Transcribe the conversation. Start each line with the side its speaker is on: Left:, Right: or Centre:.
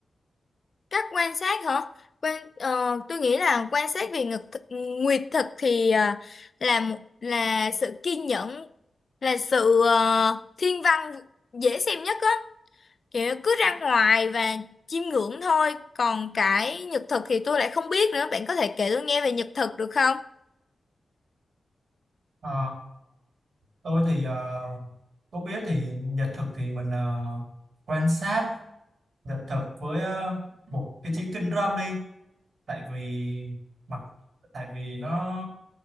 Left: Cách quan sát hả? Quan, ờ, tôi nghĩ là quan sát về ngực thực, nguyệt thực thì ờ, là một là sự kiên nhẫn, là sự ờ, thiên văn dễ xem nhất á, kiểu cứ ra ngoài và chiêm ngưỡng thôi. Còn cái nhật thực thì tôi lại không biết nữa. Bạn có thể kể tôi nghe về nhật thực được không?
Right: Ờ, tôi thì ờ, có biết thì nhật thực thì mình ờ, quan sát nhật thực với ờ, một cái chiếc kính râm đi tại vì mặt tại vì nó